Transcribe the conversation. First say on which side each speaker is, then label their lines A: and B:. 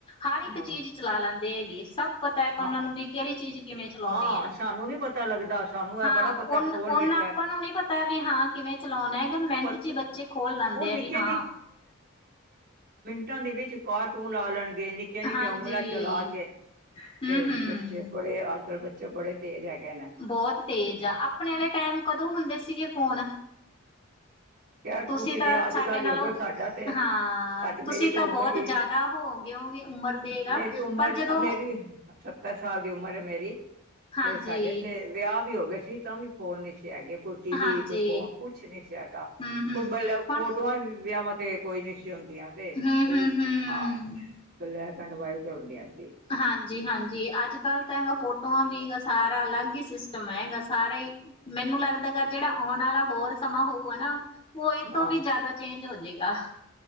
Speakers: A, on the left; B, on the right.
A: ਹਰ ਇੱਕ
B: ਹਾਂ
A: ਚੀਜ਼ ਚਲਾ ਲੈਂਦੇ ਏ, ਜ ਸਭ ਪਤਾ ਹੈ, ਉਹਨਾਂ
B: ਹਾਂ
A: ਨੂੰ ਵੀ ਕਿਹੜੀ ਚੀਜ਼ ਕਿਵੇਂ ਚਲਾਉਣੀ
B: ਹਾਂ
A: ਹੈ।
B: ਸਾਨੂੰ ਨੀ ਪਤਾ ਲੱਗਦਾ। ਸਾਨੂੰ ਇਹ
A: ਹਾਂ,
B: ਬੜਾ ਪਤਾ
A: ਉਨਾਂ
B: ਫੋਨ ਕੀਤਾ
A: ਉਨਾਂ ਆਪਾਂ ਨੂੰ ਨੀ ਪਤਾ ਵੀ ਹਾਂ ਕਿਵੇਂ ਚਲਾਉਣਾ ਹੈਗਾ ਮਿੰਟ
B: ਪਤਾ
A: ਚ ਹੀ ਬੱਚੇ ਖੋਲ ਲੈਂਦੇ
B: ਉਹ ਨਿੱਕੀਆਂ
A: ਆ ਵੀ ਹਾਂ।
B: ਮਿੰਟਾ ਦੇ ਵਿੱਚ ਕਾਰਟੂਨ ਲਾ ਲੈਣ ਗੇ ਨਿਕਿਆ ਨਿਕਿਆ
A: ਹਾਂਜੀ
B: ਉਂਗਲਾਂ ਚਲਾ ਕੇ।
A: ਹੂੰ
B: ਤੇ
A: ਹੂੰ
B: ਬੱਚੇ ਬੜੇ ਆ ਅੱਜਕਲ ਬੱਚੇ ਬੜੇ ਤੇਜ਼ ਹੈਗੇ। ਨੇ
A: ਬਹੁਤ ਤੇਜ
B: ਤੇ
A: ਆ ਆਪਣੇ ਆਲੇ
B: ਹਾਂ
A: ਟਾਇਮ ਕਦੋਂ ਹੁੰਦੇ ਸੀਗੇ ਫੋਨ‌।
B: ਖੈਰ
A: ਤੁਸੀਂ ਤਾਂ
B: ਤੇ ਅੱਜ
A: ਸਾਡੇ
B: ਕੱਲ੍ਹ
A: ਨਾਲੋਂ
B: ਹੋ ਗਏ ਸਾਡਾ ਤੇ
A: ਹਾਂ
B: ਸਾਡੀ
A: ਤੁਸੀਂ
B: ਮੇਰੀ ਤੇ
A: ਤਾਂ
B: ਉਮਰ
A: ਬਹੁਤ
B: ਹੀ
A: ਜਿਆਦਾ ਹੋ ਗਏ ਹੋਵੋਗੇ ਉਮਰ ਦੇ ਨਾ
B: ਮੇਰੀ ਉਮਰ
A: ਪਰ ਜਦੋਂ
B: ਮੇਰੀ ਸੱਤਰ ਸਾਲ ਦੀ ਉਮਰ ਹੈ ਮੇਰੀ।
A: ਹਾਂਜੀ
B: ਤੇ ਸਾਡੇ ਤੇ ਵਿਆਹ ਵੀ ਹੋ ਗਏ। ਸੀ, ਤਾਂ ਵੀ ਫੋਨ ਨੀ ਸੀ। ਦੇ ਹੈਗੇ ਕੋਈ ਟੀ ਵੀ
A: ਹਾਂਜੀ
B: ਕੋਈ ਫੋਨ ਕੁਛ ਨੀ ਸੀ, ਹੈਗ
A: ਹੂੰ ਹੂੰ
B: ਕੋਈ ਬਲਬ
A: ਹੁਣ
B: ਫੋਟੋਆਂ ਵੀ ਵਿਆਵਾ ਤੇ ਕੋਈ ਨੀ ਸੀ ਹੁੰਦ ਦੀਆਂ ਤੇ
A: ਹੂੰ ਹੂੰ
B: ਓਹ ਵੀ
A: ਹੂੰ
B: ਹਾਂ, ਬਲੈਕ ਪੈੰਟ ਵਾਈਟ ਹੁੰਦੀਆ ਸ
A: ਹਾਂਜੀ ਹਾਂਜੀ, ਅੱਜ-ਕੱਲ ਤਾਂ ਹੈਗਾ ਫੋਟੋਆਂ ਵੀਗਾ ਸਾਰਾ ਅਲੱਗ ਹੀ ਸਿਸਟਮ ਹੈਗਾ। ਸਾਰਾ ਈ ਮੈਨੂੰ ਲੱਗਦਾ ਗਾ ਜੇੜਾ ਓਣ ਆ ਲਾ ਹੋਰ ਸਮਾਂ ਹੋਊਗਾ ਨਾ ਓ ਏ
B: ਹਾਂ
A: ਤੋਂ ਵੀ ਜਾਦਾ ਚੇਂਜ ਹੋ ।ਜੇਗਾ